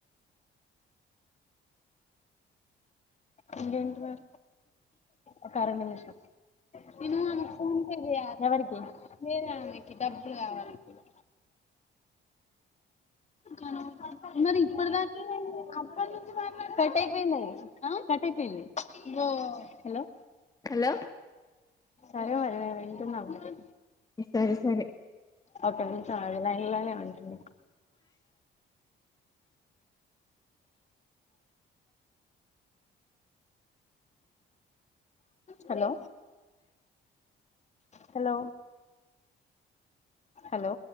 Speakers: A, on the left (about 35°); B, on the left (about 20°).
A: ఇంకేంటి మరి ఒక అర నిమిషం నేను ఆమెకి ఫోన్ పే చేయాలి ఎవరికి వేరే అమె డబ్బులు కావాలి ఇప్పుడు కానీ
B: ఉమ్
A: మరి ఇప్పటి దాక ఏముఅయేది అప్పటి నుంచి మాట్లాడుతే కట్ అయిపోయింది హ కట్ అయిపోయింది ఓ హలో
B: హలో
A: సరే మరి మేము వింటున్నాంము మరి
B: సరే సరే
A: ఒక్క నిమిషం ఆగు లైన్ లోనే ఉండు నువు హలో హలో హలో